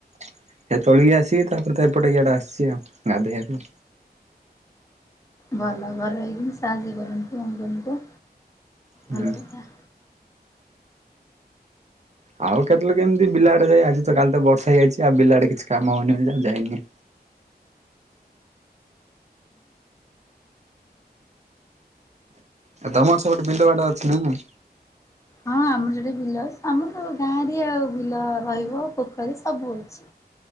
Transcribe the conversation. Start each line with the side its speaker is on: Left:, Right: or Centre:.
Right: ସେ ତୋଳିକି ଆସିକି ତାପରେ ତ ଏପଟେ ଇଆଡେ ଆସିଚି ଆଉ। ଗାଧେଇଆକୁ।
Left: ଭଲ ଘରେ ରହିକିନି ସାହାଯ୍ୟ କରନ୍ତୁ। ଅଙ୍ଗନ୍ ଙ୍କୁ
Right: ହୁଁ।
Left: ଭଲ କଥା।
Right: ଆଉ କେତେଲେ କେମିତି ବିଲାଡେ ଯାଇ ଆଜି ତ କାଲି ତ ବର୍ଷା ହେଇଯାଇଚି। ଆଉ ବିଲାଡେ କିଛି କାମ ହଉନି ଯେ ଆଉ ଯାଇନି। ତମର ସେ ପଟେ ବିଲ ବାଡ ଅଛି ନା ନାଇଁ?
Left: ହଁ ଆମର ଯୋଉଠି ବିଲ ଆମର ଗାଁ ଏରିଆ ଆଉ ବିଲ ରହିବ ପୋଖରୀ ସବୁ ଅଛି।